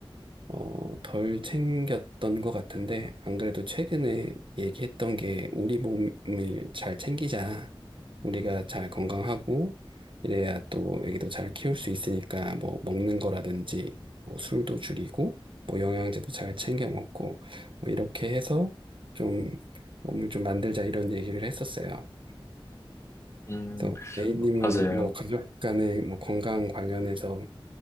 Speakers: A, on the right (about 60°); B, on the left (about 30°).
A: 어, 덜 챙겼던 것 같은데, 안 그래도 최근에 얘기했던 게 우리 몸을 잘 챙기자. 우리가 잘 건강하고, 이래야 또 애기도 잘 키울 수 있으니까, 뭐, 먹는 거라든지, 뭐, 술도 줄이고, 뭐, 영양제도 잘 챙겨 먹고, 뭐, 이렇게 해서 좀 몸을 좀 만들자 이런 얘기를 했었어요.
B: 음,
A: 그래서 A님은
B: 마- 맞아요.
A: 뭐, 가족 간에 뭐, 건강 관련해서